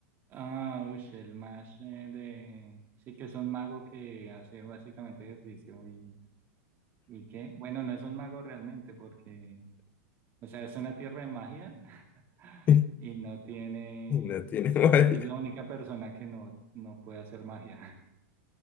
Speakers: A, on the right; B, on the left.
A: Ah, uy, el más eh, de... Sí que es un mago que hace básicamente ejercicio y, y qué. Bueno, no es un mago realmente porque, o sea, es una tierra de magia <laughs>
B: <laughs>
A: y no tiene...
B: No tiene
A: O
B: madre.
A: sea, creo que es la única persona que no, no puede hacer magia,